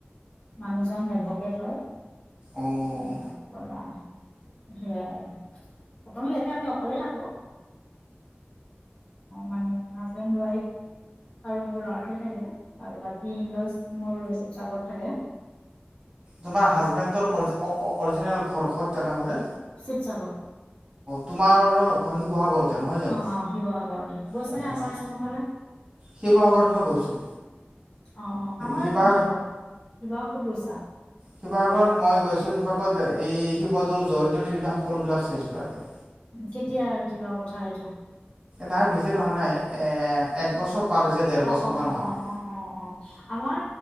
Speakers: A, on the left; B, on the right.
A: মানুহজন এডভকেট হয়
B: অঁ
A: তাৰ পৰা সেয়াই আৰু প্ৰথমি ইয়াতে আমি অকলে থাকো অ', মানে হাজবেণ্ড ৱাইফ আৰু মোৰ ল'ৰাটোৱে থাকে আৰু বাকী ইনলজ মোৰ শিৱসাগ। ত তাকে
B: তোমাৰ হাজবেডৰ অ-অৰিজিনেল ঘৰখন তেনেহলে
A: শিৱসাগৰ
B: তোমাৰ ঘৰ শিৱসাগৰতে নহয় জানো?
A: অ' শিৱসাগৰতে গৈছ
B: অ',
A: নে আপাৰ চাম ফালে অ-অ
B: শিৱসাগৰত মই গৈছোঁ,
A: আমাৰ
B: শিৱা
A: শিৱসাগত গৈছা।
B: শিৱসাগৰত মই গৈছো শিৱসাগৰত এই শিৱদৌল জয়দৌল এইবিলাক সকলোবিলাক চাইছো তাৰে
A: কেতিয়া দিনৰ কথা সেইটো।
B: নাই বেছি নহোৱা নাই এ একবছৰ পাৰ হৈছে ডেৰ
A: অ',
B: বছৰ
A: অ',
B: মান
A: অ',
B: হ'ল।
A: অ', অ', অ', অ', আমাৰ